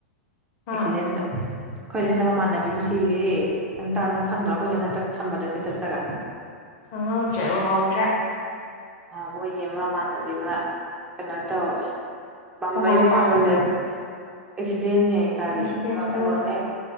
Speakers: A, on the left; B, on the right.
A: ꯑꯥ
B: ꯑꯦꯛꯁꯤꯗꯦꯟꯗ ꯑꯩꯈꯣꯏ ꯆꯦ ꯍꯟꯗꯛ ꯃꯃꯥꯟꯅꯕꯤ ꯑꯃ ꯁꯤꯔꯦ ꯅꯪ ꯇꯥ ꯅꯪ ꯈꯪꯗ꯭ꯔꯥ ꯑꯩꯈꯣꯏꯁ ꯆꯦꯅ ꯍꯟꯗꯛ ꯊꯝꯕꯗꯣ ꯁꯇꯦꯇꯁꯇꯒ
A: ꯈꯪꯍꯧꯗ꯭ꯔꯦ ꯎꯍꯧꯗ꯭ꯔꯦ
B: ꯃꯣꯏꯒꯤ ꯑꯃ ꯃꯃꯥꯟꯅꯕꯤ ꯑꯃ ꯀꯩꯅꯣ ꯇꯧꯋꯦ ꯄꯕꯤ
A: ꯀꯃꯥꯏꯅ
B: ꯃꯌꯨꯝ ꯄꯥꯜꯂꯝꯅꯦꯕ ꯑꯦꯛꯁꯤꯗꯦꯟꯅꯦ ꯒꯥꯔꯤ
A: ꯑꯦꯛꯁꯤꯗꯦꯟꯗꯣ
B: ꯀꯩꯅꯣꯅꯦ